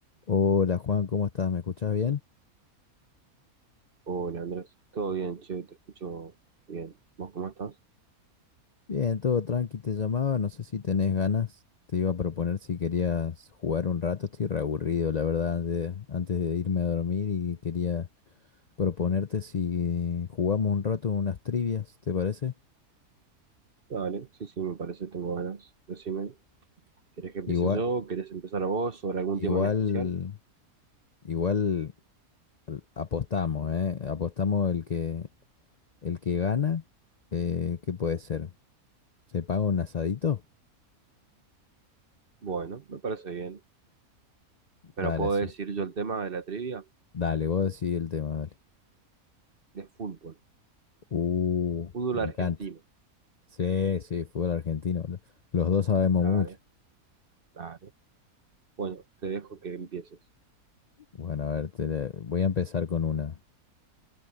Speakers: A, on the left; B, on the right.
A: Hola Juan, ¿cómo estás? ¿Me escuchás bien?
B: Hola Andrés, todo bien, che, te escucho bien. ¿Vos cómo estás?
A: Bien, todo tranqui, te llamaba, no sé si tenés ganas, te iba a proponer si querías jugar un rato, estoy reaburrido, la verdad, de- antes de irme a dormir y quería proponerte si jugamos un rato unas trivias, ¿te parece?
B: Dale, sí, sí, me parece, tengo ganas. Decime, ¿querés que empiece
A: Igual,
B: yo? ¿Querés empezar vos sobre algún
A: igual,
B: tema en especial?
A: igual l- apostamos, ¿eh? Apostamos el que, el que gana, eh, ¿qué puede ser? ¿Se paga un asadito?
B: Bueno, me parece bien. Pero
A: Dale
B: puedo
A: así.
B: decir yo el tema de la trivia
A: Dale, vos decidí el tema, dale.
B: de fútbol,
A: Uh,
B: fútbol
A: me
B: argentino.
A: encanta. Sí, sí, fútbol argentino. Lo- Los dos sabemos
B: Dale,
A: mucho.
B: dale. Bueno, te dejo que empieces.
A: Bueno, a ver, te le- voy a empezar con una.